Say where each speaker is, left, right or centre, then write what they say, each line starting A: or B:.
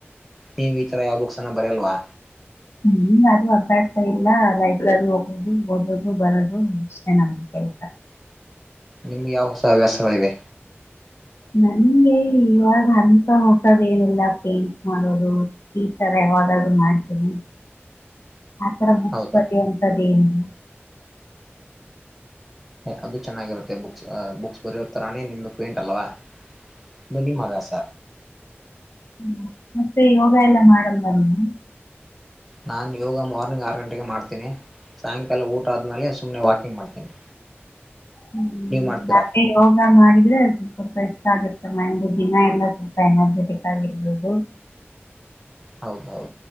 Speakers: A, in the centre; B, on the left.
A: ನೀವು ಈ ತರ ಯಾವ ಬುಕ್ಸ್ನ ಬರೆಯಲ್ವಾ?
B: ಹ್ಮ ಅದು ಅಭ್ಯಾಸ ಇಲ್ಲ ಲೈಬ್ರರಿ ಹೋಗೋದು ಓದೋದು ಬರದು ಇಷ್ಟೇ ನಮ್ ಕೆಲ್ಸ.
A: ನಿಮ್ಗೆ ಯಾವ ಹೊಸ ಹವ್ಯಾಸಗಳಿವೆ.
B: ನಂಗೆ ಇವಾಗ ಅಂತ ಹೊಸದೆನಿಲ್ಲ ಪೇಂಟ್ ಮಾಡೋದು ಈ ತರ ಯಾವಾಗಾದ್ರು ಮಾಡ್ತೀನಿ. ಆತರ ಬುಕ್ಸ
A: ಹೌದಾ
B: ಎಂತದೇನ್
A: ಅದು ಚೆನ್ನಾಗಿರುತ್ತೆ ಬುಕ್ಸ್ ಬುಕ್ಸ್ ಬರೆಯೋ ತರಾನೇ ನಿಮ್ದು ಪೇಂಟ್ ಅಲ್ವಾ ಇದು ನಿಮ್ಮ ಹವ್ಯಾಸ
B: ಹ್ಮ ಮತ್ತೆ ಯೋಗ ಎಲ್ಲಾ ಮಾಡಲ್ವ ನೀವು?
A: ನಾನು ಯೋಗ ಮಾರ್ನಿಂಗ್ ಆರು ಗಂಟೆಗೆ ಮಾಡ್ತೀನಿ ಸಾಯಂಕಾಲ ಊಟ ಆದ್ಮೇಲೆ ಸುಮ್ನೆ ವಾಕಿಂಗ್ ಮಾಡ್ತೀನಿ.
B: ಹ್ಮ
A: ನೀವ್ ಮಾಡ್ತೀರಾ
B: ಮತ್ತೆ ಯೋಗ ಮಾಡಿ. ಇದ್ರೆ ಸ್ವಲ್ಪ ಫ್ರೆಶ್ ಆಗುತ್ತೆ ಮೈಂಡ್ ದಿನ ಎಲ್ಲ ಸ್ವಲ್ಪ ಎನರ್ಜೆಟಿಕ್ ಆಗಿರ್ಬೋದು.
A: ಹೌದ್ ಹೌ